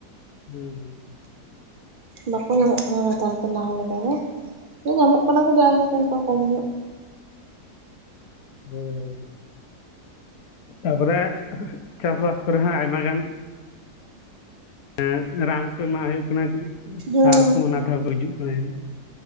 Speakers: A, on the left (about 70°); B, on the right (about 65°).
A: ᱦᱩᱸ ᱦᱩᱸ
B: ᱵᱟᱠᱚ ᱧᱟᱢᱚᱜ ᱠᱟᱱᱟ ᱱᱮᱛᱟᱨ ᱫᱚ ᱞᱟᱦᱟ ᱞᱮᱠᱟ ᱫᱚ ᱧᱟᱢᱚᱜ ᱠᱟᱱᱟ ᱠᱚ ᱡᱟᱭᱦᱳᱠ ᱚᱱᱠᱟ ᱠᱚᱢ ᱧᱚᱜᱼᱼ
A: ᱦᱳᱭ ᱦᱳᱭ ᱛᱟᱯᱚᱨᱮ ᱪᱟᱥᱵᱟᱥ ᱠᱚᱨᱮ ᱦᱚᱸ ᱟᱭᱢᱟ ᱜᱟᱱᱼᱼ <inaudible> ᱨᱟᱱ ᱠᱩ ᱮᱢᱟᱜ ᱦᱩᱭᱩᱜ ᱠᱟᱱᱟ
B: ᱦᱮᱸ
A: ᱥᱟᱨ ᱠᱩ ᱚᱱᱟ ᱛᱮᱦᱚᱸ ᱠᱚ ᱜᱩᱡᱩᱜ ᱠᱟᱱᱟ ᱡᱟᱹᱱᱤᱡ